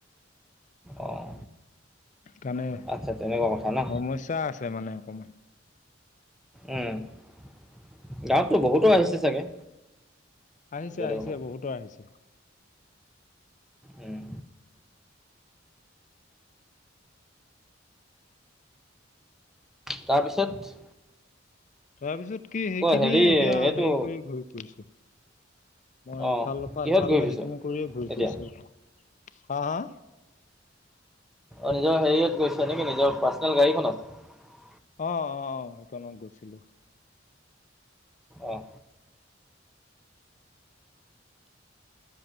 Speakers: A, in the centre; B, on the left.
A: অঁ
B: কাৰণে
A: আচ্ছা তেনেকুৱা কথা ন
B: সমস্যা আছে মানে অকমান।
A: উম গাঁৱততো বহুতৰ আহিছে চাগে।
B: আহিছে
A: য'তে
B: আহিছে
A: ত'তে।
B: বহুতো আহিছে।
A: উম, তাৰপিছত।
B: তাৰপিছত কি সেইখিনিয়ে
A: ক হেৰি
B: এতিয়া
A: এইটো
B: হেৰি কৰি ঘূৰি ফুছো। মই
A: অঁ
B: ইফালৰ পৰা
A: কিহত
B: সিফালে
A: ঘূৰি ফুৰিছ
B: সেইখিনি কৰিয়ে ঘূৰি
A: এতিয়া
B: ফুৰিছো এতিয়া। হা হা।
A: অ নিজৰ হেৰিয়ত গৈছে নেকি নিজৰ পাৰ্চনেল গাড়ীখনত।
B: অহ অ অ সেইখনত গৈছিলো।
A: অঁ